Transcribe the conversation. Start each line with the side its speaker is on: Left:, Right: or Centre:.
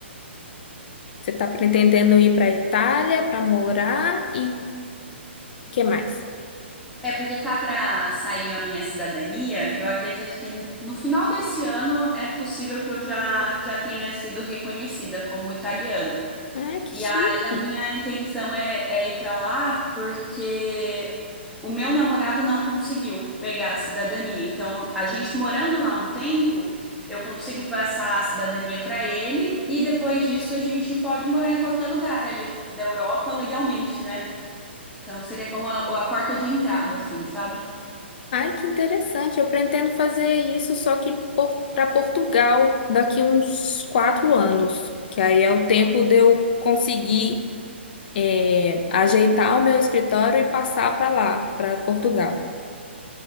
Left: Você está pretendendo ir para a Itália para morar e o que mais?
Centre: É porque tá pra sair a minha cidadania. Eu acredito que no final desse ano é possível que eu já, já tenha sido reconhecida como italiana.
Left: Ah, que
Centre: E
Left: chique!
Centre: aí a minha intenção é, é ir pra lá porque o meu namorado não conseguiu pegar a cidadania. Então, a gente morando lá um tempo, eu consigo passar a cidadania pra ele e depois disso a gente pode morar em qualquer lugar ali da Europa legalmente, né? Então seria como a, a porta de entrada, assim, sabe?
Left: Ai, que interessante. Eu pretendo fazer isso só que para Portugal daqui uns quatro anos, que aí é o tempo de eu conseguir é, ajeitar o meu escritório e passar para lá, para Portugal.